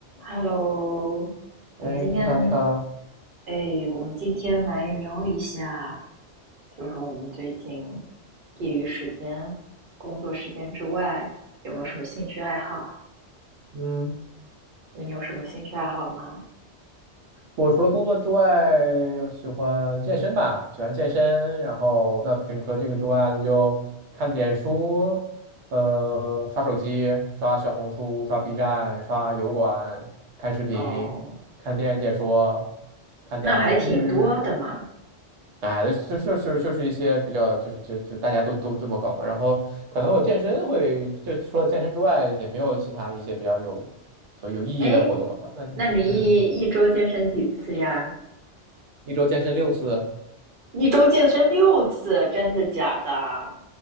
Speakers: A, on the right (about 50°); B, on the right (about 75°).
A: Hello，我们今天，
B: 哎，你好，你好，
A: 哎，我们今天来聊一下，就是我们最近业余时间、工作时间之外，有没有什么兴趣爱好？
B: 嗯，
A: 你有什么兴趣爱好吗？
B: 我除了工作之外，我喜欢健身吧，喜欢健身。然后，那平除了这个之外，那就看点书，呃，刷手机，刷小红书，刷 B 站，刷油管，看视频，
A: 哦，
B: 看电影解说，看点儿剧，
A: 那还挺多的嘛。
B: 哎，就就就就是一些比较，就是就就大家都都这么搞嘛。然后，可能我健身会，就除了健身之外，也没有其他一些比较有所以有意义的活动了吧？
A: 哎，
B: 那你，
A: 那你一一周健身几次呀？
B: 嗯。一周健身六次，
A: 一周健身六次，真的假的？